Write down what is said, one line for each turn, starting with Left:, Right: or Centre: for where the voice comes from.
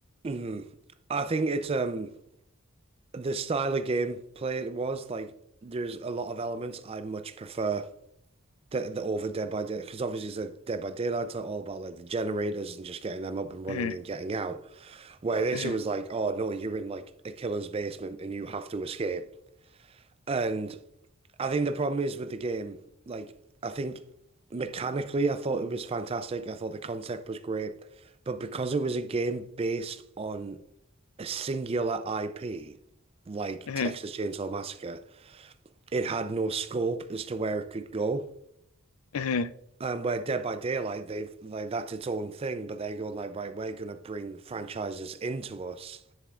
Right: Mhm. I think it's um the style of gameplay it was like there's a lot of elements I much prefer the, the over Dead by Day because obviously it's a Dead by Daylight are all about like the generators and just getting them up and running
Left: hmm
Right: and getting out. Where this
Left: hmm
Right: it was like, oh no, you're in like a killer's basement and you have to escape. And I think the problem is with the game, like I think mechanically I thought it was fantastic. I thought the concept was great, but because it was a game based on a singular IP, like
Left: hmm
Right: Texas Chainsaw Massacre, it had no scope as to where it could go.
Left: hmm
Right: And where Dead by Daylight, they've like that's its own thing, but they're going like, right, we're gonna bring franchises into us